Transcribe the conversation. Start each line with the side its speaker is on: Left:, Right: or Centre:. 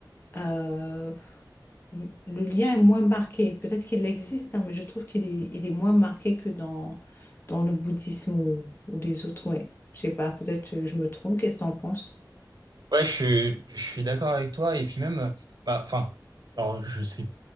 Left: euh, il- le lien est moins marqué. Peut-être qu'il existe, hein, mais je trouve qu'il est, il est moins marqué que dans, dans le bouddhisme ou, ou les autres. Ouais. Je sais pas, peut-être euh, je me trompe. Qu'est-ce que t'en penses?
Right: Ouais, je suis, je suis d'accord avec toi. Et puis même, euh, bah, enfin, alors je sais